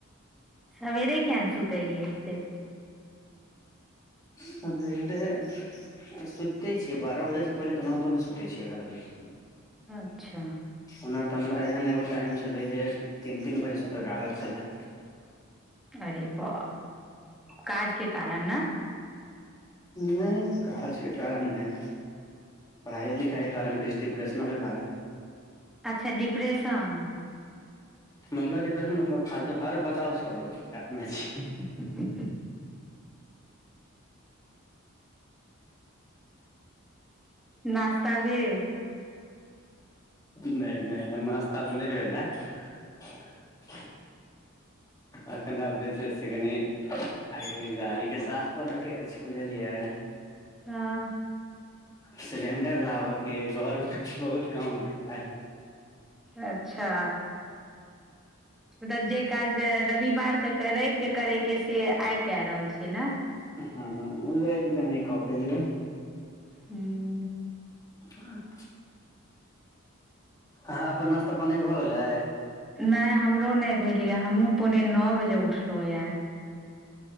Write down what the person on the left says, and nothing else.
सबेरे तऽ सुतते छियै बारह बजेसँ पहिले तऽ ओनाहितो नहि सुतै छियै एगारह बजेसँ पहिले
ओना तऽ हमरा एहन एगो टाइम छलै जे तीन तीन बजे सूते कऽ आदत छलै
नहि काजके कारण नहि पढ़ाइय लिखाई के कारण किछु डिप्रेशनो के कारण
मतलब डिप्रेशन मतलब फालतू आरो बताउ छोरु ऐप में छी
नहि नहि, एखन नाश्ता तऽ नहि भेल ह अखन आब जे छै से कनि, आइ कनि गाड़ीके साफ करयके अछि, बुझलियै।
सिलेंडर लाबऽके हँ, घरमे बहुत कम है हँ।
हँउ न कॉपे लियए
हँ। अपन नाश्ता पानी भऽ गेलै?